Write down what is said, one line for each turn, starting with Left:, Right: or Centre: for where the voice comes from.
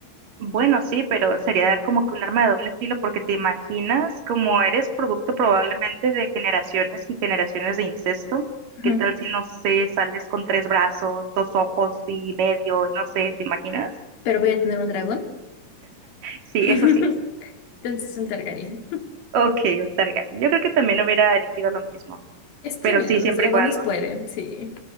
Right: Bueno, sí, pero sería como que un arma de doble filo porque te imaginas como eres producto probablemente de generaciones y generaciones de incesto.
Left: Ujú.
Right: ¿Qué tal si, no sé, sales con tres brazos, dos ojos y medio, no sé, ¿te imaginas?
Left: Pero voy a tener un dragón.
Right: Sí,
Left: <laughs>
Right: eso sí.
Left: Entonces un Targaryen.
Right: Ok, un Targaryen. Yo creo que también hubiera elegido lo mismo,
Left: Es que
Right: pero
Left: mira,
Right: sí,
Left: los
Right: siempre
Left: dragones
Right: y cuando.
Left: pueden, sí.